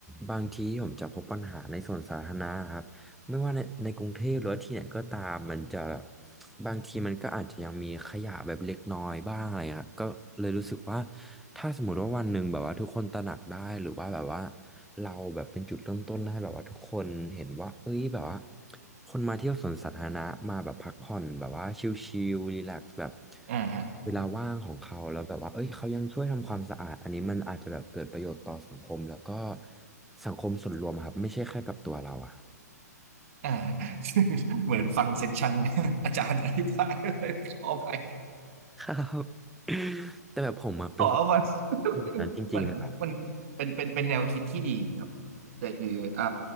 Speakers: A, in the centre; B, on the right (about 50°).
A: บางทีผมจะพบปัญหาในส่วนสาธารณะครับ ไม่ว่าในในกรุงเทพหรือว่าที่ไหนก็ตาม มันจะบางทีมันก็อาจจะยังมีขยะแบบเล็กน้อยบ้างอะไรเงี้ยครับก็เลยรู้สึกว่าถ้าสมมติว่าวันหนึ่งแบบว่าทุกคนตระหนักได้ หรือว่าแบบว่าเราแบบเป็นจุดเริ่มต้นให้แบบว่าทุกคนเห็นว่า เอ้ยแบบว่าคนมาเที่ยวสวนสาธารณะมาแบบพักผ่อนแบบว่าชิลๆรีแลกซ์แบบ
B: อ่าฮะ
A: เวลาว่างของเขาแล้วแบบว่าเอ้ยเขายังช่วยทำความสะอาดอันนี้มันอาจจะแบบเกิดประโยชน์ต่อสังคมแล้วก็สังคมส่วนรวมอะครับไม่ใช่แค่กับตัวเราอะ
B: อ่าฮะ <laughs> เหมือนฟังเซสชั่น <laughs> อาจารย์อธิบายเลย <laughs> ขอไป
A: ครับ <coughs> แต่แบบผมอะเป็นคน
B: อ๋อมัน <laughs>
A: แบบนั้นจริงๆนะครับ
B: มันมันเป็นเป็นเป็นแนวคิดที่ดีครับแต่คืออ่า